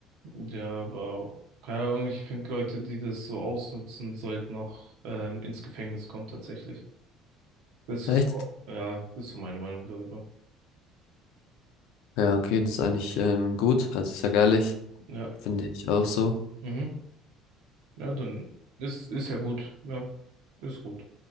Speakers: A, on the right; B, on the left.
A: Ja, aber, keine Ahnung, ich finde Leute, die das so ausnutzen, sollten auch, ähm, ins Gefängnis kommen, tatsächlich. Das
B: Echt?
A: ist, so- ja, das ist so meine Meinung darüber.
B: Ja, okay, das ist eigentlich ähm, gut. Also ich sag ehrlich,
A: Ja.
B: finde ich auch so.
A: Mhm. Ja, dann ist, ist ja gut. Ja, ist gut.